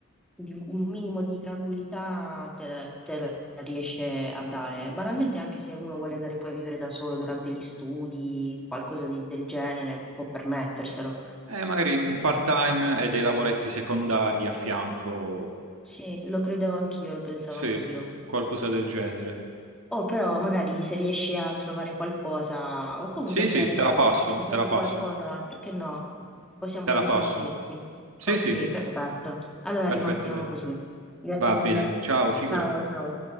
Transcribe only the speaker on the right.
Eh, magari un part-time e dei lavoretti secondari a fianco,
sì,
qualcosa del genere.
Sì,
sì,
te
la passo,
te la passo,
te la
passo. Sì,
sì,
perfetto,
dai.
Va
bene, ciao, figurati.